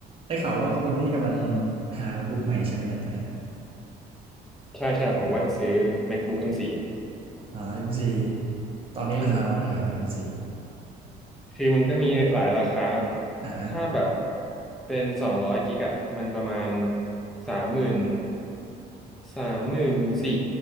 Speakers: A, on the right; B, in the centre.
A: ได้ข่าวว่าคุณนี่กำลังหาโน้ตบุ๊กใหม่ใช่ไหมเนี่ยตอนเนี้ย
B: ใช่ใช่ผมว่าจะซื้อ MacBook M4 อมโฟร์
A: อ่า M4 ตอนนี้ราคามันเท่าไหร่ครับใน
B: อืม
A: M4 อมซี
B: คือมันก็มีหลายราคาเนาะ
A: อ่าฮะ
B: ถ้าแบบเป็นสองร้อยกิกอะมันประมาณสามหมื่นสามหมื่นสี่